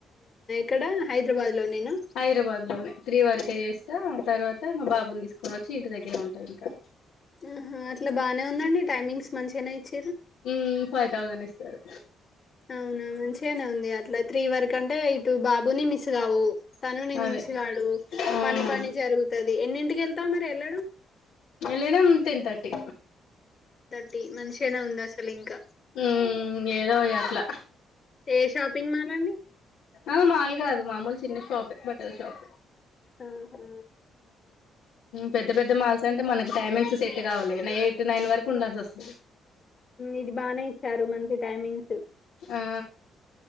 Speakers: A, on the left (about 40°); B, on the left (about 85°).
A: క్కడ హైదరాబాద్ లో నేనా
B: హైదరాబాద్ లోనే త్ర్రి వరకే చేస్తా, తర్వాత్ త, మా బాబుని తీసుకొని వచ్చి ఇంటి దగ్గరే ఉంటా ఇంకా.
A: ఉమ్ హు, అట్లా బానే ఉందండి టైమింగ్స్? మంచిగనే ఇచ్చిన్
B: ఉమ్, ఫైవ్ తౌసండ్ ఇస్త్ తరు
A: అవునా! మంచిగనే ఉంది అట్ల త్రీ వరక్ కంటే ఇటు బాబుని మిస్ కావు. తను నిన్ను
B: అదే
A: మిస్ గాడు.
B: హ్మ్
A: పని పనే జరుగుతద్ ది ఎన్నింటికిళ్తావ్ మరి ఎళ్లడం
B: ఎల్లడం టెన్ థర్టీ
A: టి మనిషనా ఉంద అసలు ఇంకా
B: ఉం ఏదో ఇగ అట్లా
A: ఏ షాపింగ్ మాల్ అండి
B: ఆ మాలు కాదు మామూలు చిన్న షాపే బట్టల్ షాప్
A: ఆహా
B: పెద్ద పెద్ద మాల్స్ అంటే మనకి టైమింగ్స్ సెట్ కావులే ఎయిట్టు నైన్ వరకు ఉండాల్సస్తది
A: ఇది బాగానే ఇచ్చారు మంచి టైమింగ్స్
B: ఆ